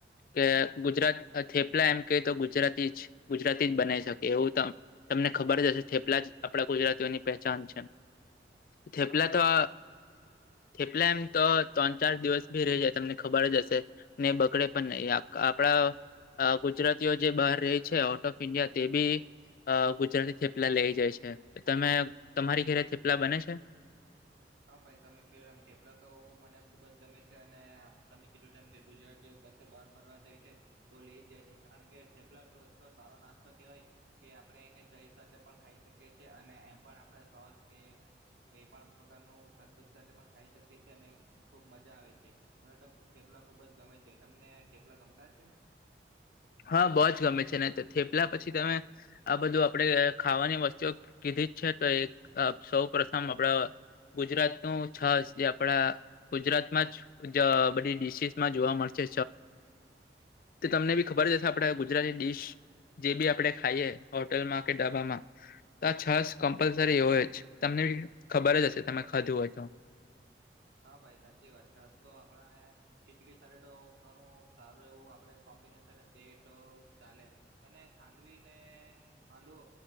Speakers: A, on the left; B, on the right.
A: કે ગુજરાત થેપલા એમ કે તો ગુજરાતી જ ગુજરાતી જ બનાવી શકે એવું તો તમને ખબર જ હશે થેપલા જ આપણા ગુજરાતીઓની પહેચાન છે. થેપલા
B: હા ભાઈ
A: તો. થેપલા એમ તો ત્રણ ચાર દિવસ ભી રહી જાય તમને ખબર જ હશે. ને બકડે પણ નહી આપડા ગુજરાતીઓ જે બહાર રહી છે. ઓફ ઇન્ડિયા તે બી. અ ગુજરાતી થેપલા લઈ જાય છે તમે તમારી ઘેરે થેપલા બને છે.
B: હા ભાઈ તમે કધોમ ઠેપલા તો મને ખુબ જ ગમે છે અને તમે કીધુંમ કે ગુજરાતીઓ ક બાર. ફરવા જાય છે તો લઈ જ જાય છે કારણ કે થેપલા તો એટલો સારો નાસ્તો કેવાય. કે આપણે એને ચ સાથે પણ ખાઈ શકીએ છી અને એમ પણ આપણે સોસ કે કઈ પણ. પ્રકારનું શાકભાજી સાથે પણ ખાઈ શકીએ છેીએ અને ખુબ મજા આવે છે. મને તો થઠેપલા ખુબ જ ગમે છે તમને ઠેપલા ગમતા છે.
A: હા બહુ જ ગમે છે ને થેપલા પછી તમે. આ બધું આપણેે ખાવાની વસ્તુઓ કીધી જ છે તો એક સૌ પ્રથમ આપડા. ગુજરાત નું છ જે આપડા. ગુજરાતમાં જ બધી ડિશસમાં જોવા મળશે તમને બી. ખબર જશે આપડ ગુજરાતી ડીશ જે બી આપડે ખાઈએ હોટલમાં કે ડાબામાં. તો આ છસ કમ્પલસરી એવ જ તમને ખબર જ હશે તમે ખધું હોય તો?
B: હા ભાઈ સાચી વાત છેસ તો આપણાને. ખીચડી સાથે તો ઘણું સારું એવું આપણે કોમ્બિનેશન એમ તે તો ચાલે. અને ખાંડવી ને હાંડવો.